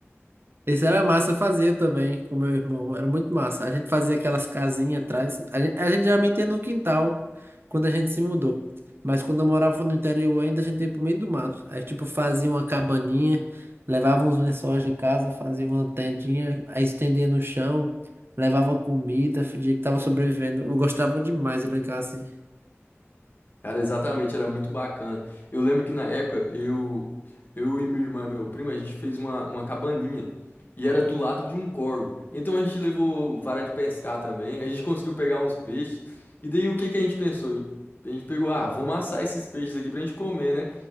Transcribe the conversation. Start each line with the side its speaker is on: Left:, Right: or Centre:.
Right: Esse era massa, eu fazia também com meu irmão, era muito massa. A gente fazia aquelas casinhas atrás, a gente, a gente geralmente ia no quintal, quando a gente se mudou. Mas quando eu morava no interior ainda, a gente ia pro meio do mato. Aí, tipo, fazia uma cabaninha, levava uns lençóis de casa, fazia uma tendinha, aí estendia no chão, levava comida, fingia que tava sobrevivendo. Eu gostava demais de brincar assim.
Left: Cara, exatamente, era muito bacana. Eu lembro que na época eu, eu e minha irmã e meu primo, a gente fez uma, uma cabaninha e era do lado de um córgo. Então a gente levou vara de pescar também, a gente conseguiu pegar uns peixes. E daí o que que a gente pensou? A gente pegou, ah, vamos assar esses peixes aqui pra gente comer, né?